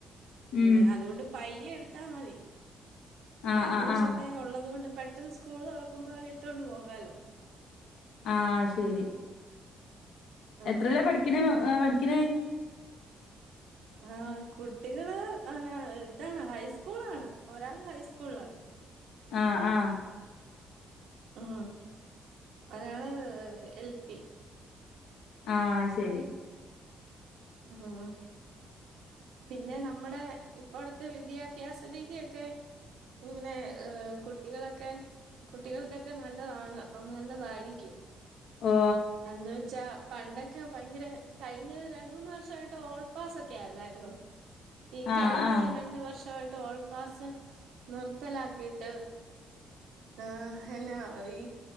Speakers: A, on the right; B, on the left.
A: പിന്നെ
B: ഉം
A: അതുകൊണ്ട് പ്പ് പയ്യ എടുത്താ മതി
B: ആഹ്
A: കഴിഞ്ഞ
B: ആഹ്
A: വർഷത്തെ
B: ആഹ്
A: ഉള്ളത്കൊണ്ട് പെട്ടന്ന് സ്കൂൾ തുറക്കുമ്പോ അത് ഇട്ടോൊണ്ട് പോകാലോ
B: ആഹ് ശരി
A: ആഹ്
B: എത്രല്ല പഠിക്കണ ആഹ് പഠിക്കണ
A: ആഹ്‌ കുട്ടികള് ആല താണ് ഹൈസ്കൂളാണ്, ഒരാള് ഹൈസ്കൂൾ ലാ
B: ആഹ് ആഹ്
A: ഉം ഒരാള് എൽ പി
B: ആഹ്‌ ശരി
A: ആഹ്‌ പിന്നെ നമ്മുടെ ഇപ്പോഴത്തെ വിദ്യാഭ്യാസ രീതിയൊക്കെ ഇങ്ങനെ ഏ കുട്ടികളൊക്കെ കുട്ടികൾക്കൊക്കെ നല്ലതാണ് നല്ലതായിരിക്കും
B: ഓ
A: എന്ന് വെച്ചാ പണ്ടൊക്കെ ഭയങ്കര കഴിഞ്ഞ രണ്ട മൂന്നന്ന് വർഷമായിട്ട് ഓൾപാസക്കെ അല്ലായിരുന്നു ഈ
B: ആഹ്
A: കഴിഞ്ഞ
B: ആഹ്
A: രണ്ട് വർഷമായിട്ട് ഓൾ പാസ് നിർത്തലാക്കിയിട്ട് ആഹ് എന്നാ ഈ